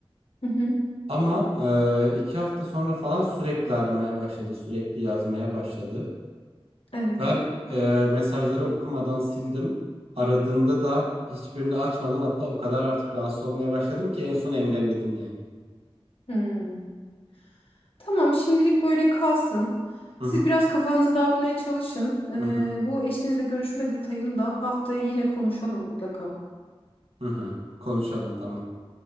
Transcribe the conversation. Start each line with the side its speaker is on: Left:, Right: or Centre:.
Left: Hı hı.
Right: Ama e, iki hafta sonra falan sürekli aramaya başladı, sürekli yazmaya başladı.
Left: Evet.
Right: Ben e, mesajları okumadan sildim. Aradığında da hiçbirini açmadan hatta o kadar artık rahatsız olmaya başladım ki en son engelledim yani.
Left: Hmm. Tamam, şimdilik böyle kalsın.
Right: Hı
Left: Siz
Right: hı,
Left: biraz kafanızı dağıtmaya çalışın. Ee,
Right: hı hı,
Left: bu eşinizle görüşme detayını da haftaya yine konuşalım mutlaka.
Right: hı hı. Konuşalım tamam.